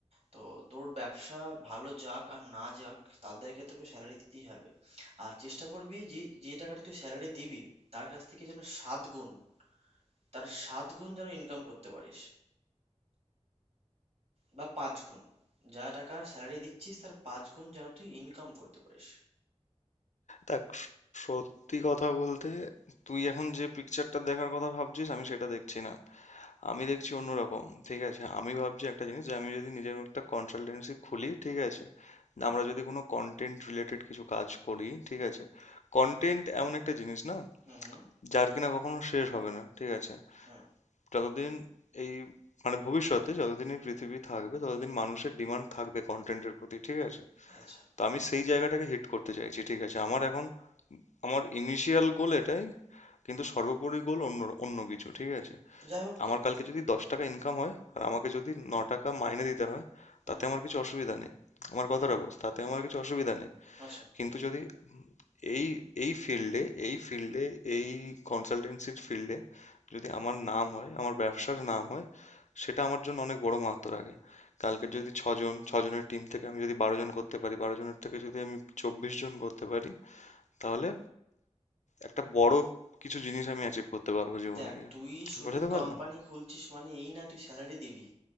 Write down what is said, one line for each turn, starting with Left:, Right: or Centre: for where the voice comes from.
Right: তো তোর ব্যবসা ভালো যাক আর না যাক তাদেরকে তোকে স্যালারি দিতেই হবে আর চেষ্টা করবি যে যে টাকাটা তুই স্যালারি দিবি তার কাছ থেকে যেন সাত গুণ তার সাত গুণ যেন ইনকাম করতে পারিস বা পাঁচ গুণ যা টাকা স্যালারি দিচ্ছিস তার পাঁচ গুণ যেন তুই ইনকাম করতে পারিস
Left: দেখ স- সত্যি কথা বলতে তুই এখন যে পিকচারটা দেখার কথা ভাবছিস আমি সেটা দেখছি না আমি দেখছি অন্যরকম ঠিক আছে আমি ভাবছি একটা জিনিস যে আমি যদি নিজের একটা কনসালটেন্সি খুলি ঠিক আছে আমরা যদি কোনো কন্টেন্ট রিলেটেড কিছু কাজ করি ঠিক আছে কন্টেন্ট এমন একটা জিনিস না
Right: হুম হুম
Left: যার কিনা কখনো শেষ হবে না ঠিক আছে
Right: হুম
Left: যতদিন এই মানে ভবিষ্যতে যতদিন এই পৃথিবী থাকবে ততদিন মানুষের ডিমান্ড থাকবে কন্টেন্টের প্রতি ঠিক আছে
Right: আচ্ছা
Left: তো আমি সেই জায়গাটাকে হিট করতে চাইছি ঠিক আছে আমার এখন আমার ইনিশিয়াল গোল এটাই কিন্তু সর্বোপরি গোল অন্য অন্য কিছু ঠিক আছে
Right: যাই হোক
Left: আমার কালকে যদি দশ টাকা ইনকাম হয় আর আমাকে যদি ন টাকা মাইনে দিতে হয়
Right: হুম
Left: তাতে
Right: হুম
Left: আমার কিছু অসুবিধা নেই আমার কথাটা
Right: হুম হুম
Left: বোঝ তাতে
Right: হুম
Left: আমার কিছু
Right: হুম
Left: অসুবিধা
Right: হুম
Left: নেই
Right: আচ্ছা
Left: কিন্তু যদি এই এই ফিল্ডে এই ফিল্ডে এই কনসালটেন্সির ফিল্ডে যদি আমার নাম হয় আমার ব্যবসার নাম হয় সেটা আমার জন্য অনেক বড় মাহাত্ম রাখে কালকে যদি ছজন ছজনের টিম থেকে আমি যদি বারো জন করতে পারি বারো জনের থেকে যদি আমি চব্বিশ জন করতে পারি তাহলে একটা বড় কিছু জিনিস আমি অ্যাচিভ করতে পারবো জীবনে
Right: দেখ
Left: গিয়ে
Right: তুই শুধু
Left: বুঝাতে পারলাম
Right: কোম্পানি খুলছিস মানে এই না তুই স্যালারি দিবি